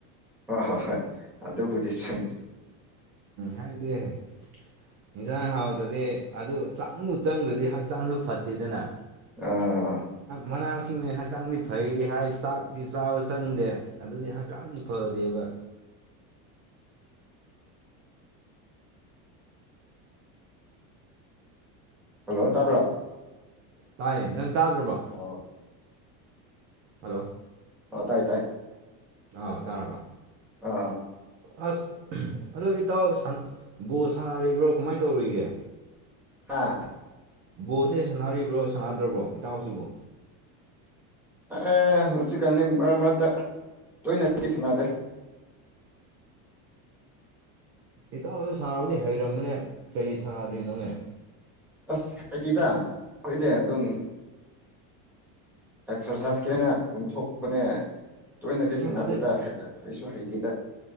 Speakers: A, in the centre; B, on the right (about 30°).
A: ꯍ ꯍ ꯍ ꯑꯗꯕꯨꯗꯤ ꯆꯨꯝ
B: ꯍꯥꯏꯥꯏꯗꯦ ꯍꯥꯏꯦ ꯌꯦꯟꯁꯥꯡ ꯍꯥꯎꯗ꯭ꯔꯗꯤ ꯑꯗꯨ ꯆꯪꯉꯨ ꯆꯪꯗ꯭ꯔꯗꯤ ꯍꯛꯆꯥꯡꯁꯨ ꯐꯠꯇꯦꯗꯅ
A: ꯑꯥ
B: ꯃꯅꯥ ꯃꯁꯤꯡꯅ ꯍꯛꯆꯥꯡꯗꯤ ꯐꯩꯗꯤ ꯍꯥꯏ ꯆꯥꯛꯗꯤ ꯆꯥꯕ ꯆꯪꯗꯦ ꯑꯗꯨꯗꯤ ꯍꯛꯆꯥꯡꯗꯤ ꯐꯗꯦꯕ
A: ꯍꯜꯂꯣ ꯇꯥꯕ꯭ꯔꯣ
B: ꯇꯥꯏꯌꯦ ꯅꯪ ꯇꯥꯗ꯭ꯔꯕꯣ
A: ꯑꯣ
B: ꯍꯜꯂꯣ
A: ꯍ ꯇꯥꯏ ꯇꯥꯏ
B: ꯑꯥ ꯇꯥꯔꯕ
A: ꯑꯥ ꯑꯥ
B: ꯑꯁ ꯑꯗꯨ ꯏꯇꯥꯎ ꯕꯣꯜ ꯁꯥꯟꯅꯔꯤꯕ꯭ꯔꯣ ꯀꯃꯥꯏꯅ ꯇꯧꯔꯤꯒꯦ
A: ꯍꯥꯥ
B: ꯕꯣꯁꯦ ꯁꯥꯟꯅꯔꯤꯕ꯭ꯔꯣ ꯁꯥꯟꯅꯗ꯭ꯔꯕ꯭ꯔꯣ ꯏꯇꯥꯎꯁꯤꯕꯨ
A: ꯑꯦ ꯍꯧꯖꯤꯛꯀꯥꯟꯅꯤ ꯃꯔꯛ ꯃꯔꯛꯇ ꯇꯣꯏꯅꯦ ꯁꯅꯥꯗꯦ <inaudible>
B: ꯏꯇꯥꯎꯗꯨ ꯁꯥꯟꯅꯕꯗꯤ ꯍꯩꯔꯝꯃꯤꯅꯦ ꯀ ꯁꯥꯟꯅꯗꯣꯏꯅꯣꯅꯦ
A: ꯑꯁ ꯍꯥꯏꯀꯤꯇ ꯀꯔꯤꯗ ꯑꯗꯨꯝ ꯑꯦꯛꯁꯔꯁꯥꯏꯁꯀꯤ ꯑꯣꯏꯅ ꯑꯗꯨꯝ ꯊꯣꯛꯄꯅꯦ ꯇꯣꯏꯅꯗꯦ
B: ꯑꯁ
A: ꯁꯅꯥꯗꯦꯗ
B: ꯑꯗꯨ
A: ꯍꯩꯁꯨ ꯍꯩꯇꯦꯗ